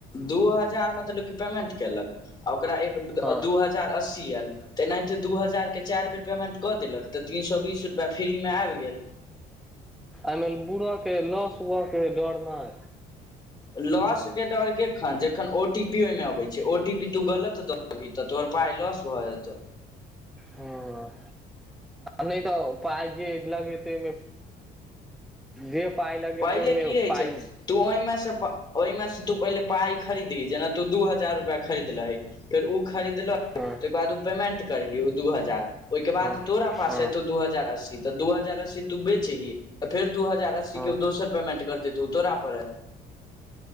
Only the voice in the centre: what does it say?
हँ
एहिमे बुरऽ के लस हुय के डरनाइ
ह नहि तऽ पाई जे लगेतय जे पाइ लगे
ते ओहिमे
पाइ
हँ
हँ
हँ
हँ